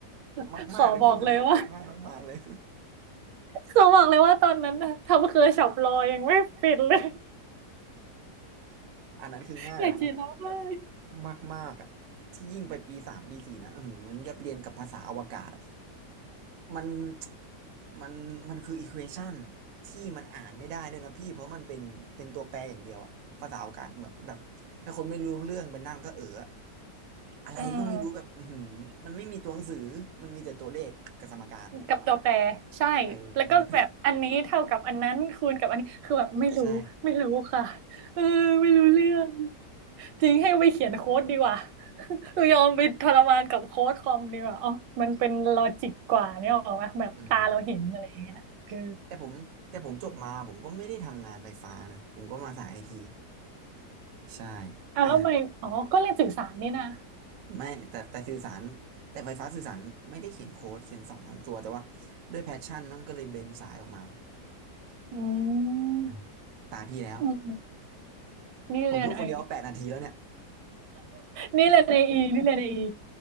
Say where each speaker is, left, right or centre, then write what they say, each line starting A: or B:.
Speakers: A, on the right (about 65°); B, on the right (about 85°).
A: แบบมากๆเลยพี่มันเป็นแบบง่ายมากๆเลย
B: <laughs> ขอบอกเลยว่าขอบอกเลยว่าตอนนั้นนะทำเคอร์ช็อปรอยังไม่ปิดเลย
A: <laughs> อันนั้นคือง่ายแบบ
B: <laughs> อยากกินแล้วเลย
A: มากมากๆอ่ะที่ยิ่งไปปีสามปีสี่นะเออเหมือนกับเรียนกับภาษาอวกาศอะ มัน <tsk> มันมันคืออีควอชันที่มันอ่านไม่ได้ด้วยนะพี่เพราะมันเป็นเป็นตัวแปรอย่างเดียวอะภาษาโอากาศแบบแบบถ้าคนไม่รู้เรื่องไปนั่งก็เอออะอะไรก็ไม่รู้แบบอือหือมันไม่มีตัวหนังสือมันมีแต่ตัวเลขกับสมการ
B: อืม กับตัวแปรใช่
A: เออนั่นแหละ
B: แล้วก็แบบอันนี้เท่ากับอันนั้นคูณกับอันนี้คือแบบไม่รู้ไม่รู้ค่ะ
A: <laughs> ใช่
B: เออไม่รู้เรื่องจริงให้ไปเขียนโค้ดดีกว่า <laughs> หนูยอมไปทรมานกับโค้ดคอมดีกว่าอ๋อมันเป็นลอจิกกว่าเนี่ยหรอวะแบบตาเราเห็นอะไรอย่างเงี้ยเออ
A: อืมแต่ผมแต่ผมจบมาผมก็ไม่ได้ทำงานไฟฟ้านะผมก็มาสายไอทีใช่
B: อ่ะแล้วไปอ๋อก็เรียนสื่อสารนี่นะ
A: อ่ะ ไม่แต่แต่สื่อสารแต่ไฟฟ้าสื่อสารไม่ได้เขียนโค้ดเขียนสองสามตัวแต่ว่าด้วยแพชชั่นมันก็เลยเบนสายออกมา
B: อืม
A: อ่ะตาพี่แล้ว
B: อืมอืมนี่เรียนไอ
A: ผมพูดคนเดียวแปดนาทีแล้วเนี่ย
B: นี่เลยในอีนี่เลยในอี